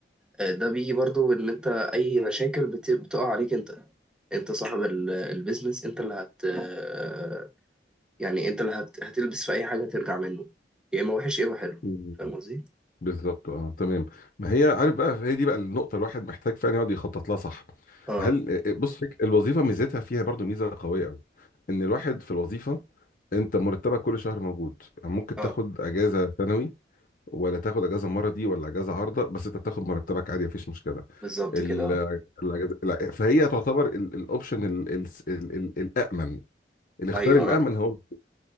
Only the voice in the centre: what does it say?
آه، ده بيجي برضو ان انت اي مشاكل بت- بتقع عليك انت انت صاحب ال- البيزنس انت اللي هت آه، يعني انت اللي هت... هتلبس في اي حاجة ترجع منه يا اما وحش يا اما حلو
فاهم قصدي؟
اه
اه
بالظبط
كده اه
ايوه
آه.